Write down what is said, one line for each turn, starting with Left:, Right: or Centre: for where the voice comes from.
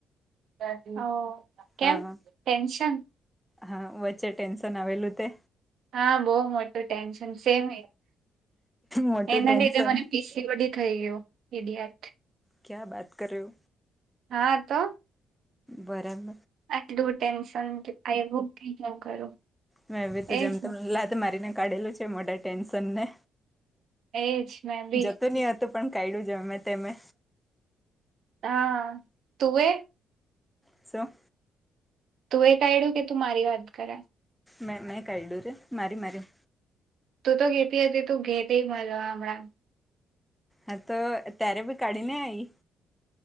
Right: <unintelligible>
Centre: હા
Right: ટેન્શન
Centre: હા વચ્ચે ટેન્શન આવેલું તે
Right: હા બોવ મોટું ટેન્શન સેમ
Centre: મોટું
Right: એન
Centre: ટેન્શન
Right: મને પીસી બી થઈ ગયયો એડી આ
Centre: ક્યા બાત કર્યો
Right: હા તો
Centre: બરામ
Right: આટલું ટેન્શન આવુ ન કરું
Centre: મે એ તો
Right: એજ
Centre: જેમ ત
Right: ને
Centre: લાત મારીને કાઢેલું છે મોટા ટેન્શન ને
Right: એજ મેં બી
Centre: જતું નય હતું પણ કાયડું જમે તેમે
Right: હા તુવે
Centre: સો
Right: તું એ કાયડું કે તું મારી વાત કરા
Centre: મેં મેં કાયડું રે મારી મારી
Right: તું તો ઘેતી હતી તું ઘેતી મળલો હમણાં
Centre: હા તો ત્યારે ભી કાઢીને આવી